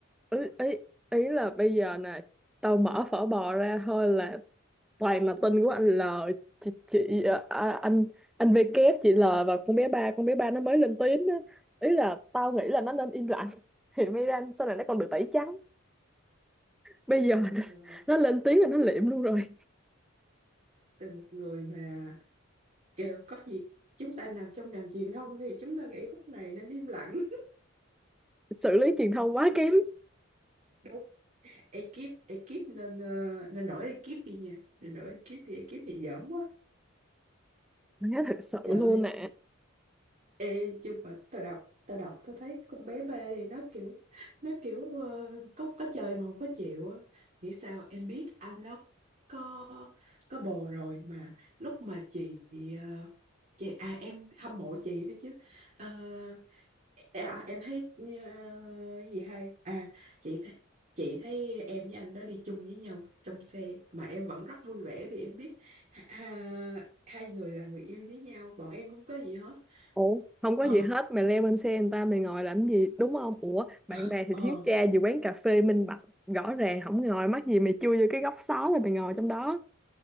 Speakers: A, in the centre; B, on the right (about 35°).
A: ý ý, ý là bây giờ nè tao mở phở bò ra thôi là toàn là tin của anh L chị, chị à, à, anh anh V kép chị L và con bé ba con bé ba nó mới lên tiếng á ý là tao nghĩ là nó nên im lặng <laughs> thì mới ra sau này nó còn được tẩy trắng bây giờ
B: từ,
A: nè,
B: ờ,
A: nó lên tiếng là nó liệm luôn rồi
B: từ một người mà kêu có gì chúng ta nằm trong ngành truyền thông thì chúng ta nghĩ khúc này nên im lặng <laughs>
A: xử lý truyền thông quá kém
B: đúng ekip ekip nên ờ, nên đổi ekip đi nha nên đổi ekip đi ekip này dởm quá
A: Má thật sự
B: trời
A: luôn nè
B: Ê, nhưng mà tao đọc, tao đọc, tao thấy con bé ba này nó kiểu, nó kiểu ờ, có có chơi mà không có chịu á. Nghĩ sao em biết anh nó có có bồ rồi mà lúc mà chị ờ, chị à em hâm mộ chị nữa chứ. Ờ, à, à, em thấy ờ, cái gì hay à chị thấy chị thấy em với anh đó đi chung với nhau trong xe mà em vẫn rất vui vẻ vì em biết à, hai người là người yêu với nhau bọn em không có gì hết
A: Ủa, không
B: Ờ,
A: có gì hết mày leo lên xe người ta mày ngồi làm gì đúng không ủa bạn
B: à,
A: bè thì
B: ờ,
A: thiếu cha gì quán cà phê minh bạch rõ ràng không ngồi mắc gì mày chui vô cái góc xó rồi mày ngồi trong đó